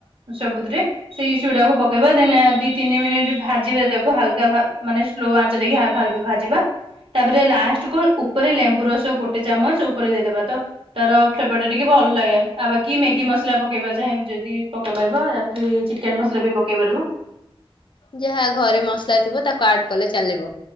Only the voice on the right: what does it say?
ସବୁଥିରେ ସେଇ ଚୁଡାକୁ ପକେଇବା। ଡେନ୍ ଦି ତିନି ମିନିଟ୍ ଭାଜିବା ତାକୁ ହାଲକା ଭା- ମାନେ ସ୍ଲୋ ଆଞ୍ଚ ଦେଇ ଅଳ୍ପ ଅଳ୍ପ ଭାଜିବା। ତାପରେ ଲାଷ୍ଟ କୁ ଉପରେ ଲେମ୍ବୁ ରସ ଗୋଟେ ଚାମଚ ଉପରେ ଦେଇଦବା ତ ତାର ଫ୍ଲେଭର ଟା ଟିକେ ଭଲ୍ ଲାଗେ ଆଉ ବାକି ମ୍ୟାଗି ମସଲା ପକେଇବା ଚାହିଁବେ ଯଦି ପକେଇ ପାରିବା। କି ଚିକେନ୍ ମସଲା ବି ପକେଇ ପାରିବ।